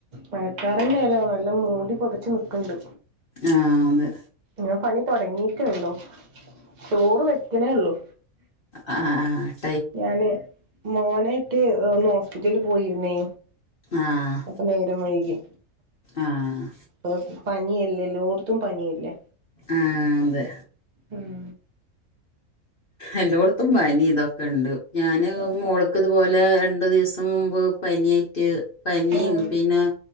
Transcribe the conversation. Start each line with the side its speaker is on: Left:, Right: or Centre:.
Right: മഴക്കാറന്നെലോ നല്ല മൂടി പൊതച്ചു ന്ക്ക്ണ്ട്
Left: ആഹ് അതെ
Right: ഞാ പണി തുടങ്ങീട്ടേള്ളു ചോറ് വെക്ക്ണേള്ളു.
Left: അ ആഹാ ഹാ
Right: ഞാന് മോനേറ്റ് ഒന്ന് ഹോസ്പിറ്റൽല് പോയിര്ന്നേ
Left: ആഹ്
Right: അപ്പം നേരം വയ്കി
Left: ആഹ്
Right: പ്പൊ പനിയല്ലേ എല്ലോട്ത്തും പനിയല്ലേ
Left: ആഹ് അതെ
Right: ഉം
Left: എല്ലോട്ത്തും പനി തൊക്കെണ്ട്. ഞാന്
Right: അതെ
Left: മോള്ക്ക് ഇതുപോലെ രണ്ടു ദിവസം മുമ്പ് പനിയായിറ്റ് പനിം
Right: ഉം
Left: പിന്നെ